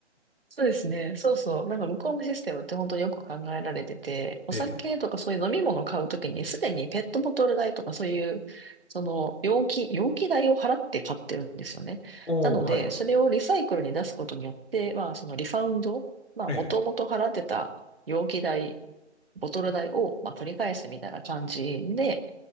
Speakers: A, on the right; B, on the left.
A: そうですね。そうそう。なんか向こうのシステムって本当によく考えられてて、お酒とかそういう飲み物を買うときに、
B: ええ。
A: すでにペットボトル代とかそういう、その容器、容器代を払って買ってるんですよね。
B: おー、
A: なので、
B: はい。
A: それをリサイクルに出すことによって、まあそのリファウンド、まあもともと払ってた容器代、
B: ええ。
A: ボトル代を、まあ、取り返すみたいな感じで、